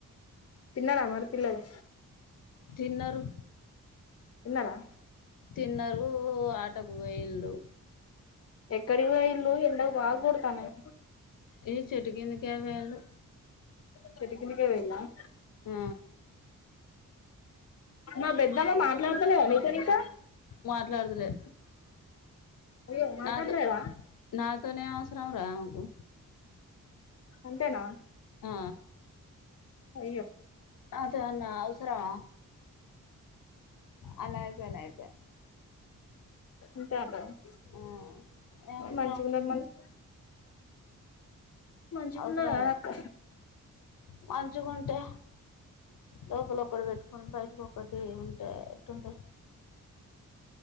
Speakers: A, on the left; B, on the left.
A: తిన్నార మరి పిల్లలు
B: తిన్నారు
A: తిన్నారా
B: తిన్నారు ఆటకు వాయిన్లు
A: ఎక్కడికి పోయిన్లు ఎండలు బాగా కొడుతున్నాయి
B: ఏ చెట్టు కిందికే పోయిన్లు
A: చెట్టు కిందికి పోయింన్ల <inaudible>
B: ఆ
A: నా పెద్దమ్మ మాట్లాడత లేద నీతోని ఇక
B: మాట్లాడదులే
A: అయ్యో మాట్లాడతలేదా
B: నాతో నాతోనే ఎం అవసరంరా ఆమెకు
A: అంతేనా
B: ఆ
A: అయ్యో
B: ఆ చాలా అవసరమా అనయిపో అనయిపో
A: అంతే అంటావా
B: ఆ ఏం అవసరం
A: మంచిగున్నది మంచి మంచిగున్నది
B: అవసరం
A: కాదక్క
B: లే మంచుగుంటే లోపల ఒక్కటి పెట్టుకొని బయటకొక్కటి ఉంటే ఎట్టుంటా